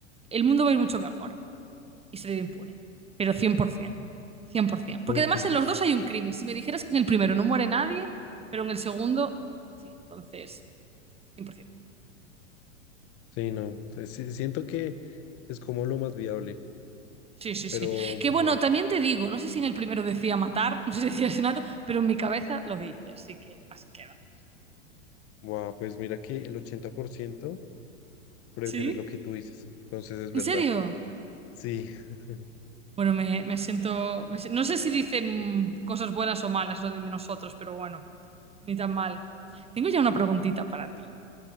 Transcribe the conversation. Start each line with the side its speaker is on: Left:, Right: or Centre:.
Right: el mundo va a ir mucho mejor y salir impune, pero cien cien, por ciento, cien por 100%. Porque
Left: Ok.
Right: además en los dos hay un crimen. Si me dijeras que en el primero no muere nadie, pero en el segundo, sí, entonces, 100%.
Left: Sí, no. sí, sí, siento que es como lo más viable,
Right: Sí, sí,
Left: pero,
Right: sí. Que
Left: pero
Right: bueno,
Left: bueno.
Right: también te digo, no sé si en el primero decía matar, no sé si decía asesinato, pero en mi cabeza lo dice, así que así queda.
Left: Wow, pues mira que el 80% prefiere
Right: ¿Sí?
Left: lo que tú dices. Entonces es verdad.
Right: ¿En serio?
Left: Sí. <laughs>
Right: Bueno, me, me siento. me si- no sé si dicen cosas buenas o malas lo de nosotros, pero bueno, ni tan mal. Tengo ya una preguntita para ti.